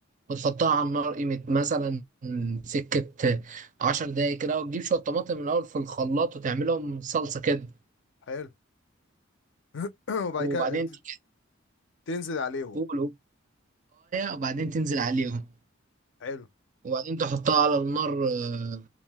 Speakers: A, on the right (about 40°); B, on the left (about 60°).
A: وتحطها على النار قيمة مثلا سكة عشر دقايق كده وتجيب شوية طماطم من الأول في الخلاط وتعملهم صلصة كده
B: حلو <clears throat> وبعد
A: وبعدين
B: كده ت-
A: تيجي
B: تنزل عليهم
A: تقول وبعدين تنزل عليهم
B: حلو
A: وبعدين تحطها على النار آه،